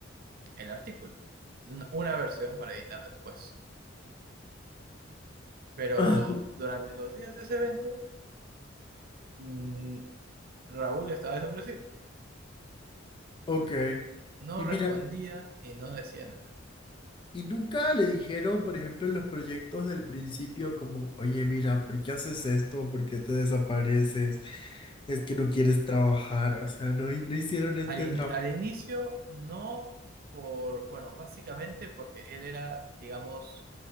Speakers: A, on the right (about 50°); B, on the left (about 25°).
A: el artículo, una, una versión para editar después. Pero
B: <clears throat>
A: durante los días de ese evento, mm, Raúl estaba desaparecido.
B: <laughs> Ok.
A: No
B: Y
A: respondía
B: mira,
A: y no decía nada.
B: Y nunca le dijeron, por ejemplo, en los proyectos del principio, como, oye, mira, ¿por qué haces esto? ¿Por qué te desapareces? Es que no quieres trabajar. O sea, no, hi- no hicieron este
A: Al, in-
B: trabajo.
A: al inicio no por, bueno, básicamente porque él era, digamos,